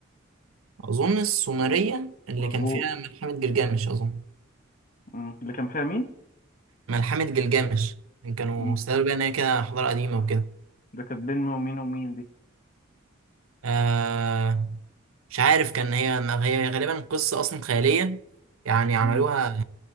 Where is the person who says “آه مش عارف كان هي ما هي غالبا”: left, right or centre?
Right